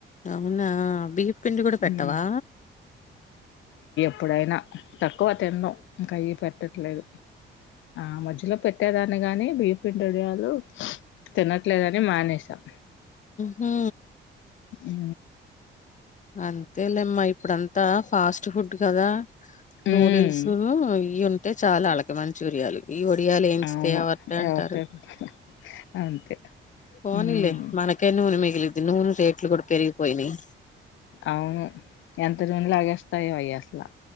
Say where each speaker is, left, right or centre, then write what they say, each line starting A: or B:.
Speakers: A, on the left; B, on the left.
A: అవునా బీఫ్పిిండి కూడా పెట్టవా
B: హ్మ్ అప్పుడైనా తక్కువ తినడం ఇంకా అయ్య పెట్టట్లేదు ఆ మధ్యలో పెట్టేదాన్ని గాని బియ్య పిండిడియాలు తినట్లేదని మానేసాం
A: హ
B: ఉ
A: అంతే లేమ్మ ఇప్పుడంతా ఫాస్ట్ ఫుడ్ కదా
B: హ్మ్.
A: నూడిల్స్ ఇవి ఉంటే చాలా అలక మంచూరియాల ఈ ఒడియాలు ఏంచిా
B: అవును.
A: అ వర్తే అంటారు
B: ఎవరితోటి అంతే.
A: పోనీల్లే
B: హ్మ్.
A: మనకే నూనె మిగిలిది నూనె రేట్లు కూడా పెరిగిపోయినాయి
B: అవును ఎంతరిని గేస్తాయి వై్యాస్లా